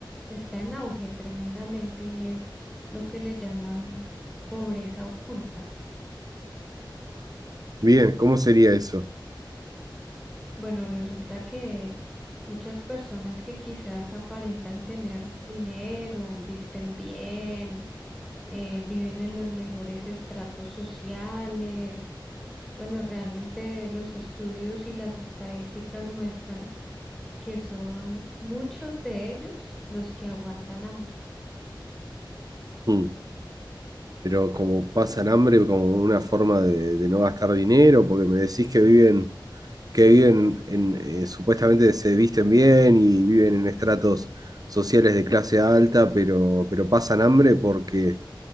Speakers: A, in the centre; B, on the right.
A: está en auge tremendamente y es lo que le llaman pobreza oculta.
B: Bien, ¿cómo sería eso?
A: Bueno, resulta que muchas personas que quizás aparentan tener dinero, visten bien, eh, viven en los mejores estratos sociales. Bueno, realmente los estudios y las estadísticas muestran que son muchos de ellos los que aguantan hambre.
B: Hmm. Pero como pasan hambre, como una forma de, de no gastar dinero, porque me decís que viven, que viven en, eh, supuestamente se visten bien y viven en estratos sociales de clase alta, pero, pero pasan hambre porque